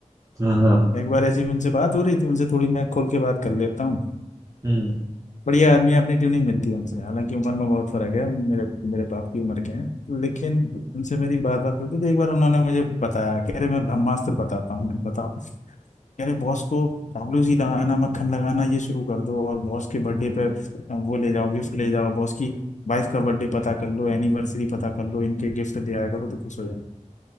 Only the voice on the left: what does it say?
एक बार ऐसी उनसे बात हो रही थी उनसे थोड़ी मैं खोल के बात कर लेता हूँ
बढ़िया आदमी है, अपनी ट्यूनिंग मिलती है उनसे हालांकि उम्र में बहुत फर्क है मेरे मेरे बाप की उम्र के हैं लेकिन उनसे मेरी बात बात होती थी एक बार उन्होंने मुझे बताया कह रहे मैं ब्रह्मास्त्र बताता हूँ मैंने बताओ कह रहे बॉस को चापलूसी लगाना मक्खन लगाना ये शुरू कर दो और बॉस के बर्थडे पे वो ले जाओ गिफ्ट ले जाओ बॉस की वाइफ का बर्थडे पता कर लो एनिवर्सरी पता कर लो इनके गिफ्ट दिया करो तो खुश हो जाओ